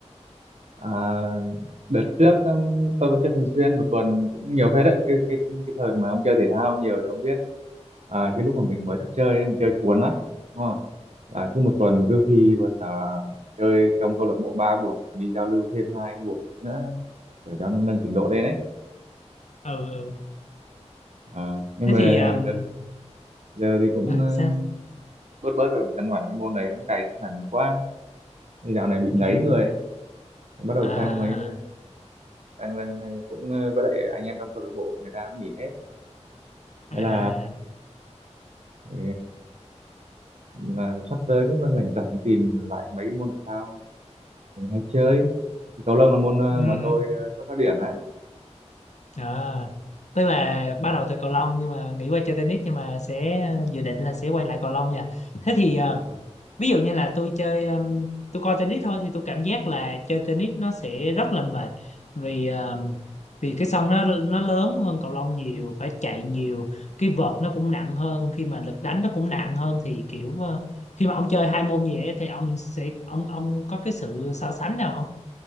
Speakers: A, on the right; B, on the left.
A: à, đợt trước um, tôi vẫn chơi thường xuyên một tuần cũng nhiều phết đấy cái cái cái thời mà ông chơi thể thao nhiều thì ông biết à, cái lúc mà mình mới thức chơi ấy, mình chơi cuốn lắm đúng không là cứ một tuần cứ phi vật là chơi trong câu lạc bộ ba buổi đi giao lưu thêm hai buổi nữa để cho nó nâng trình độ lên ấy
B: ừ ừ.
A: Ờ, nhưng
B: thế
A: mà
B: thì um,
A: đợt giờ thì cũng
B: à,
A: ờ,
B: sao
A: bớt bớt rồi căn bản cái môn đấy cũng cày sức khỏe mình quá Thế dạo này bị ngấy
B: Ừm,
A: người ấy bắt đầu
B: à
A: sang mấy đang đang cũng ờ, với lại anh em trong câu lạc bộ người ta cũng nghỉ hết thế
B: à
A: là, ờ, là sắp tới cũng đang rảnh rảnh tìm lại mấy cái môn thể thao mình hay chơi thì cầu lông là môn ờ,
B: ừm,
A: mà tôi
B: ừm,
A: ờ, xuất phát điểm á
B: à tức là
A: Ừ,
B: bắt đầu từ cầu lông nhưng mà nghĩ qua chơi tennis nhưng mà sẽ dự định là sẽ quay lại cầu lông nha thế thì ờ,
A: đúng rồi.
B: ví dụ như là tôi chơi um, tôi coi tennis thôi thì tôi cảm giác là chơi tennis nó sẽ rất là mệt vì um, vì cái sân nó nó lớn hơn cầu lông nhiều phải chạy nhiều cái vợt nó cũng nặng hơn khi mà lực đánh nó cũng nặng hơn thì kiểu uh, khi mà ông chơi hai môn gì ấy, thì ông sẽ ông ông có cái sự so sánh nào không